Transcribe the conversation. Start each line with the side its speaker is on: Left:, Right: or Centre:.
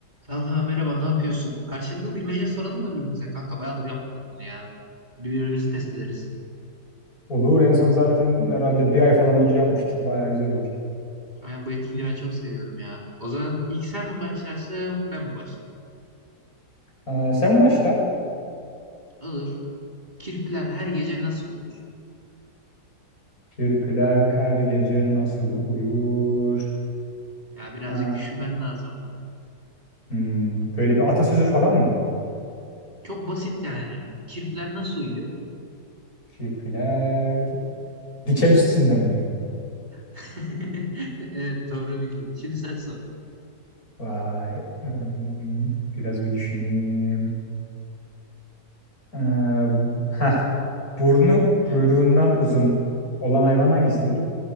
Right: Kanka merhaba ne yapıyorsun? Karşılıklı bilmece soralım mı birbirimize? Kanka bayağıdır yapmadık bunu ya. Birbirimizi test ederiz.
Left: Olur. En son zaten herhalde bir ay falan önce yapmıştık. Bayağı güzel olur.
Right: Aynen bu etkinliği ben çok seviyorum ya. O zaman ilk sen mi başlarsın ben mi başlarım?
Left: Ee, sen başla.
Right: Olur. Kirpiler her gece nasıl uyur?
Left: Kirpiler her gece nasıl uyur?
Right: Ya birazcık
Left: Ee,
Right: düşünmen lazım.
Left: hmm, böyle bir atasözü falan mı?
Right: Çok basit yani. Kirpiler nasıl uyuyor?
Left: Kirpiler diken üstünde mi uyur?
Right: <laughs> Evet doğru bildin. Şimdi sen sor.
Left: Vay. Hmm, biraz bir düşüneyim. Ee, heh, burnu kuyruğundan
Right: Evet.
Left: uzun olan hayvan hangisidir?